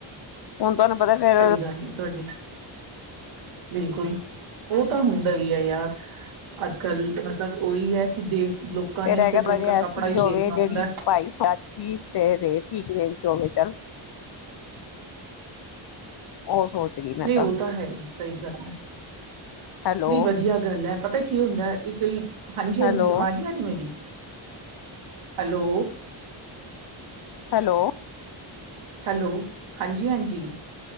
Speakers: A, on the left; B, on the right.
A: ਹੁਣ ਤੁਹਾਨੂੰ ਪਤਾ ਫੇਰ
B: ਸਹੀ ਗੱਲ ਹੈ ਤੁਹਾਡੀ ਬਿਲਕੁਲ ਉਹ ਤਾਂ ਹੁੰਦਾ ਹੀ ਹੈ ਯਾਰ ਅੱਜ ਕੱਲ ਮਤਲਬ ਉਹੀ ਹੈ ਕਿ ਦੇ ਲੋਕਾਂ
A: ਫਿਰ
B: ਨੇ
A: ਇਹ
B: ਸਿਰਫ
A: ਕਿਹਾ ਭਾ
B: ਇੱਕ
A: ਜੇ ਐਸੀ
B: ਕੱਪੜਾ ਹੀ
A: ਹੋਵੇ
B: ਵੇਖਣਾ
A: ਜਿਹੜੀ
B: ਹੁੰਦਾ
A: ਭਾਈ ਸਆਛੀ ਤੇ ਰਹੇ ਠੀਕ ਰਹੇ ਜੋਵੇ ਚੱਲ ਉਹ ਸੋਚ ਰਹੀ ਮੈਂ
B: ਨਹੀਂ ਉਹ ਤਾਂ ਹੈ ਹੀ ਸਹੀ ਗੱਲ ਹੈ
A: ਹੈਲੋ
B: ਨਹੀਂ ਵਧੀਆ ਗੱਲ ਹੈ ਪਤਾ ਕੀ ਹੁੰਦਾ ਇੱਕ ਹਾਂਜੀ ਹਾਂਜੀ
A: ਹੈਲੋ
B: ਆਵਾਜ਼ ਆ ਰ ਮੇਰੀ ਹੈਲੋ
A: ਹੈਲੋ
B: ਹੈਲੋ ਹਾਂਜੀ ਹਾਂਜੀ